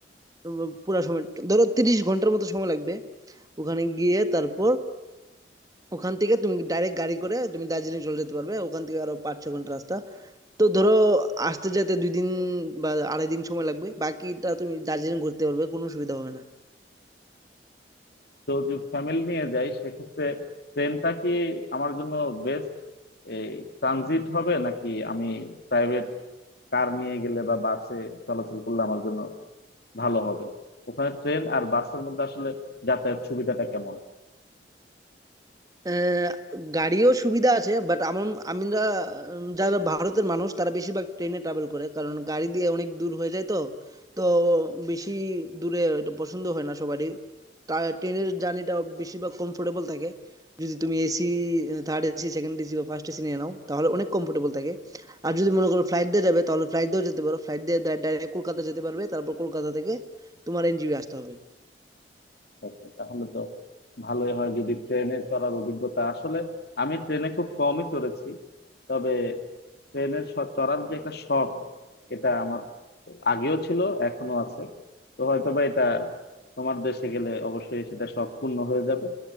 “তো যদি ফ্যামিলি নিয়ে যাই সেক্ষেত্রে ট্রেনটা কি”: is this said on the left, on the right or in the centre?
Left